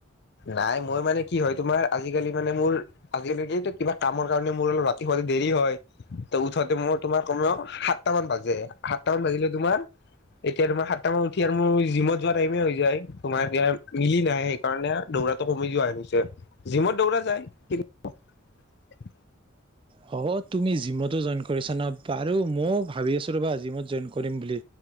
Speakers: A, on the left; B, on the right.
A: নাই মই মানে কি হয় তোমাৰ আজিকালি মানে মোৰ আজিকালি কিবা কামৰ কাৰণে মোৰ অলপ ৰাতি শুৱাতে দেৰি হয় ত উঠোতে মই তোমাৰ কমেও সাতটা মান বাজে সাতটা মান বাজিলে তোমাৰ এতিয়া তোমাৰ সাতটা মান উঠি আৰু মোৰ জিমত যোৱা টাইম হৈ যায় তোমাৰ এতিয়া মিলি নাহে সেইকাৰণে দৌৰাটো কমি যোৱা হে গৈছে জিমত দৌৰা যায় কি
B: হ'ব তুমি জিমতো জয়েন কৰিছা ন বাৰু ময়ো ভাবি আছোঁ ৰ'বা জিমত জয়েন কৰিম বুলি